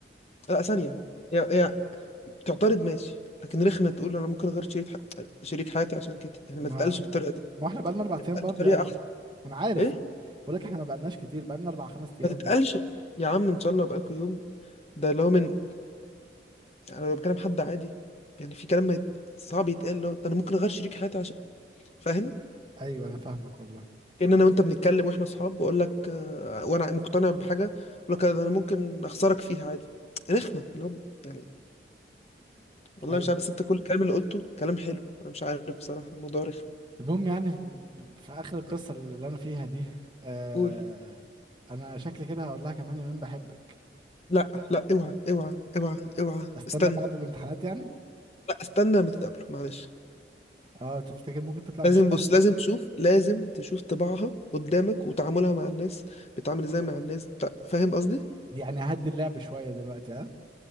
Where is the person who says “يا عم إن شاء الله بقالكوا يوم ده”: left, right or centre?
Left